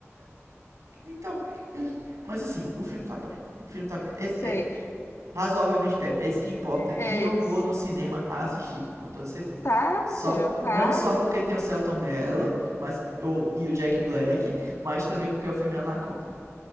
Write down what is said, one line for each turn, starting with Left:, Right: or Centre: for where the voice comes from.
Right: Então, é- mas assim, o filme tá perto. O filme tá perto. É,
Left: Sei.
Right: é, razoavelmente perto. É isso que importa.
Left: É,
Right: E eu vou
Left: é, s-
Right: no cinema assistir, com toda certeza.
Left: tá,
Right: Só,
Left: meu filho, vá.
Right: não só porque tem o Celton Mello mas, o, e o Jack Black, mas também porque é o filme Anaconda.